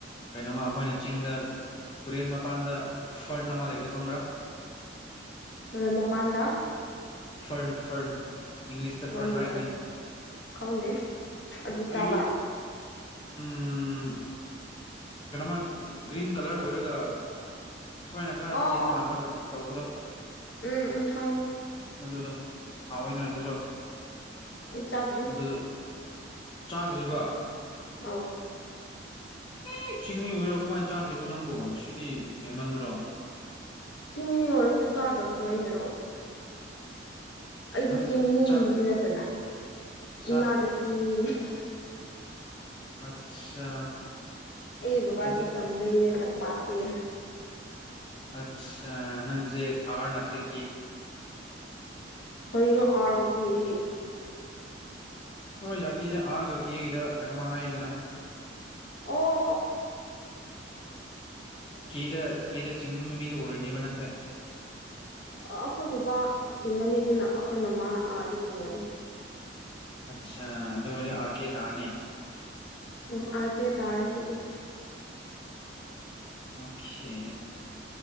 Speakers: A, on the left; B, on the left.
A: ꯀꯩꯅꯣꯃ ꯑꯈꯣꯏꯅ ꯆꯤꯡꯗ ꯇꯨꯔꯦꯟ ꯃꯄꯥꯟꯗ ꯐꯔꯟ ꯑꯃ ꯂꯩꯕꯗꯣ ꯈꯪꯕ꯭ꯔꯥ
B: ꯇꯨꯔꯦꯟ ꯃꯄꯥꯟꯗ
A: ꯐꯔꯟ ꯐꯔꯟ ꯏꯪꯂꯤꯁꯇ
B: ꯔꯟꯒꯔ
A: ꯐꯔꯟ ꯍꯥꯏꯕꯅꯦ
B: ꯈꯪꯗꯦ ꯑꯗꯨ ꯆꯥꯕ
A: ꯑꯩꯁꯨ ꯎꯝ ꯀꯩꯅꯣꯃ ꯒ꯭ꯔꯤꯟ ꯀꯂꯔ ꯑꯣꯏꯔꯒ ꯁꯨꯃꯥꯏꯅ ꯈꯔ
B: ꯑꯣ
A: ꯇꯤꯟ
B: ꯑꯣ ꯑꯣ
A: ꯃꯥꯜꯂꯒ ꯇꯧꯕꯗꯣ
B: ꯎꯝ ꯎꯝ ꯈꯪꯉꯦ
A: ꯃꯗꯨꯗꯣ ꯍꯥꯎꯑꯣꯏꯗꯅ ꯑꯗꯨꯁꯨ
B: ꯑꯩ ꯆꯥꯗ꯭ꯔꯤ
A: ꯃꯗꯨꯗꯣ ꯆꯥꯗ꯭ꯔꯤꯕ
B: ꯑꯣ
A: ꯑꯦ ꯆꯤꯡꯃꯤ ꯑꯣꯏꯔꯒ ꯀꯃꯥꯏꯅ ꯆꯥꯗ꯭ꯔꯤꯕꯣ ꯅꯪꯕꯨ ꯁꯤꯗꯤ ꯍꯦꯟꯃꯟꯗ꯭ꯔꯣ
B: ꯆꯤꯡꯃꯤ ꯑꯣꯏꯔꯁꯨ ꯆꯥꯗꯕꯗꯣ ꯑꯩꯅꯔꯣ ꯑꯩꯗꯤ
A: ꯅꯪ
B: ꯆꯤꯡꯃꯤꯖꯨ
A: ꯆꯥꯛ
B: ꯅꯠꯇꯅ
A: ꯆꯥꯛ
B: ꯏꯃꯥꯗꯣ ꯆꯤꯡꯃꯤꯅꯤ ꯍꯦꯍꯍ
A: ꯑꯠꯆꯥ
B: ꯑꯩꯒꯤ ꯕꯕꯥꯗꯤ
A: ꯑꯗꯨ
B: ꯇꯝꯗꯒꯤꯅꯦ ꯇꯝꯄꯥꯛ ꯇꯒꯤ
A: ꯑꯠꯁꯥ ꯅꯪꯖꯦ ꯑꯥꯔ ꯅꯇꯔꯤ
B: ꯀꯔꯤꯅꯣ ꯑꯔ ꯒ ꯀꯦꯗꯤ
A: ꯅꯣꯏ ꯖꯥꯇꯤꯖꯦ ꯑꯥꯔꯒ ꯀꯦꯒꯤꯗ ꯀꯩꯅꯣꯃ ꯍꯥꯏꯗꯅ
B: ꯑꯣ ꯑꯣ ꯑꯣ ꯑꯣ
A: ꯀꯦꯗ ꯀꯦꯗ ꯆꯤꯡꯅꯤꯡꯕ ꯃꯤꯗꯨ ꯑꯣꯏꯔꯅꯦꯕ ꯅꯪꯖꯦ
B: ꯑ ꯑꯈꯣꯏ ꯕꯕꯥ ꯆꯤꯡꯉꯅꯤ ꯑꯗꯨꯅ ꯑꯈꯣꯏ ꯃꯃꯥꯅ ꯑꯥꯔꯗ ꯆꯤꯡꯉꯅꯤ
A: ꯑꯠꯆꯥ ꯑꯗꯨ ꯑꯣꯏꯔꯗꯤ ꯑꯥꯔ ꯀꯦ ꯇꯥꯔꯅꯤ
B: ꯎꯝ ꯑꯥꯔ ꯀꯦ ꯇꯥꯔꯦ ꯑꯗꯨꯗꯤ
A: ꯑꯣ ꯈꯦ